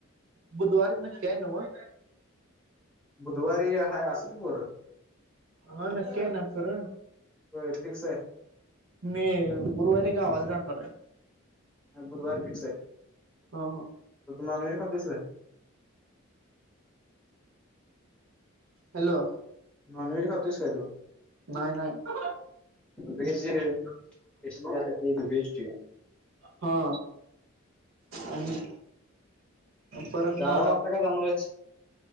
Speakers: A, on the right; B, in the centre.
A: बुधवारी नक्की हाय नव्हं.
B: बुधवारी आहे आसितिल पोर.
A: हा नक्की ना खर.
B: होय फिक्स आहे
A: मी गुरुवारी गावाला जाणार आहे.
B: ह बुधवार फिक्स आहे
A: ह ह
B: तू नॉनवेज खातुयस वय.
A: हॅलो
B: नॉन व्हेज खातोस काय तू
A: नाही नाही
B: व्हेज स्पेशल असते व्हेज ची
A: हा आणि परत
B: गावाला
A: ना.
B: आता का जाणार आहेस?